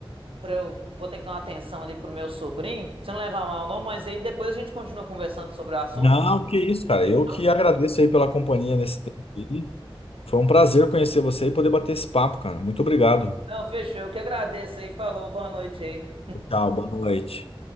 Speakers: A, on the right (about 70°); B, on the left (about 85°).
A: Pra eu vou ter que dar uma atenção ali pro meu sobrinho. Você não leva mal não, mas aí depois a gente continua conversando sobre o assunto.
B: Não, que isso, cara.
A: Fechou?
B: Eu que agradeço aí pela companhia nesse tempo aí. Foi um prazer conhecer você e poder bater esse papo, cara. Muito obrigado.
A: Não, fechou. Eu que agradeço aí. Falou, boa noite aí.
B: Tchau, boa noite.